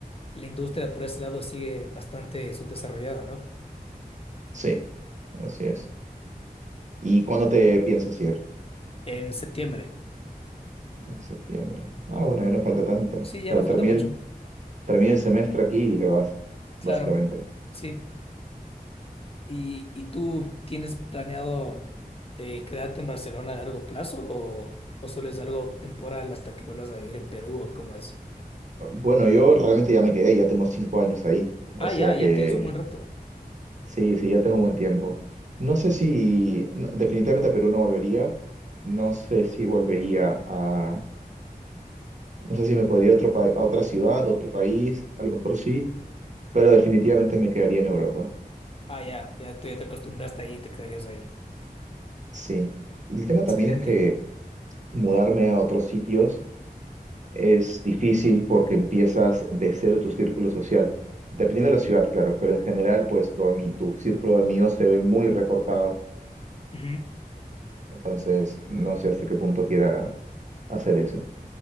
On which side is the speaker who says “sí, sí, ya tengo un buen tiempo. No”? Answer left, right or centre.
Right